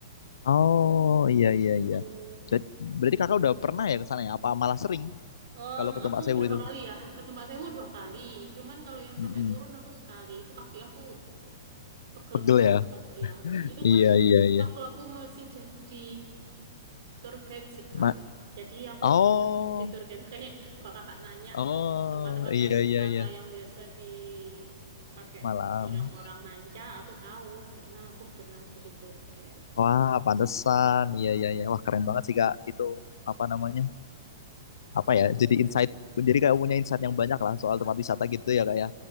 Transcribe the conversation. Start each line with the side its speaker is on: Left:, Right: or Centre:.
Left: Oh, iya, iya, iya.
Right: tuh
Left: Jadi Berarti Kakak udah pernah ya ke sana ya? Apa malah sering?
Right: Em,
Left: kalau ke Tumpak
Right: aku
Left: Sewu
Right: berapa
Left: itu.
Right: kali ya ke Mbak Sewu dua kali cuman kalau yang
Left: Mm-mm.
Right: sampai turun aku sekali itu kaki aku Pegel
Left: Pegel
Right: banget,
Left: ya.
Right: Kak. Ya, I- itu
Left: Iya
Right: pun
Left: iya iya.
Right: waktu aku masih jadi tour guide sih, Kak.
Left: Ma-
Right: Jadi aku
Left: oh
Right: pernah <laughs> jadi tour guide. Makanya kalau kakak nanya
Left: oh
Right: tempat-tempat
Left: iya
Right: yang wisata
Left: iya iya.
Right: yang biasa dipakai
Left: Malam.
Right: orang-orang manca, aku tahu karena aku pernah jadi tour guide.
Left: Wah pantesan.
Right: Oh.
Left: Iya iya iya. Wah keren banget sih kak itu apa namanya apa ya jadi insight jadi kayak punya insight yang banyak lah soal tempat wisata gitu ya kak ya